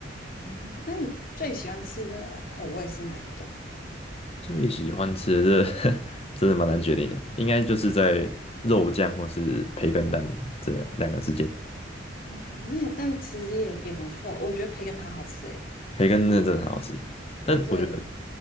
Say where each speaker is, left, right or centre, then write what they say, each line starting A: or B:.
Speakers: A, on the left; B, on the left.
A: 嗯，那你最喜欢吃的口味是哪一种？
B: 最喜欢吃的这 <laughs> 真的蛮难决定的，应该就是在肉酱或是培根蛋这两个之间。
A: 哦，那也但其实也也不错，我觉得培根它好吃诶。
B: 培根真的真的很好吃，但我觉得
A: 对，